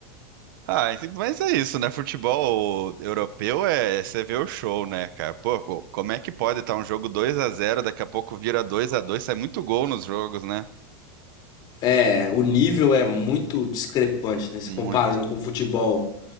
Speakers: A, on the right; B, on the left.
A: Ah, ent- mas é isso, né? Futebol europeu é você vê o show, né, cara? Pô, pô, como é que pode estar um jogo dois a zero daqui a pouco vira dois a dois sai muito gol nos jogos, né?
B: É, o nível é muito discrepante, né? Se
A: Muito.
B: comparando com o futebol